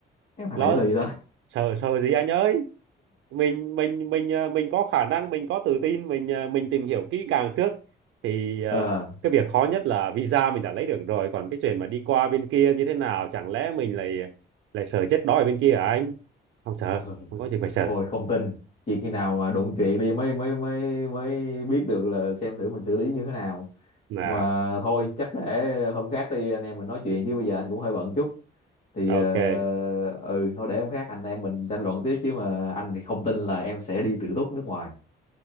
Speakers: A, on the left; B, on the right.
A: cái thằng
B: lo
A: này trả lời gì ta
B: sợ sợ gì anh ơi mình mình mình ờ, mình có khả năng mình có tự tin mình ờ, mình tìm hiểu kỹ càng trước thì ờ,
A: <laughs> ờ
B: cái việc khó nhất là visa mình đã lấy được rồi còn cái chuyện mà đi qua bên kia như thế nào chẳng lẽ mình lại lại sợ chết đói ở bên kia hả anh không sợ
A: ờ
B: không có gì phải sợ
A: Ôi không tin chỉ khi nào mà đụng chuyện đi mới mới mới mới biết được là xem thử mình xử lý như thế nào
B: là
A: mà thôi chắc để hôm khác đi anh em mình nói chuyện chứ bây giờ anh cũng hơi bận chút thì
B: ok
A: ờ, ừ thôi để hôm khác anh em mình tranh luận tiếp chứ mà anh thì không tin là em sẽ đi tự túc nước ngoài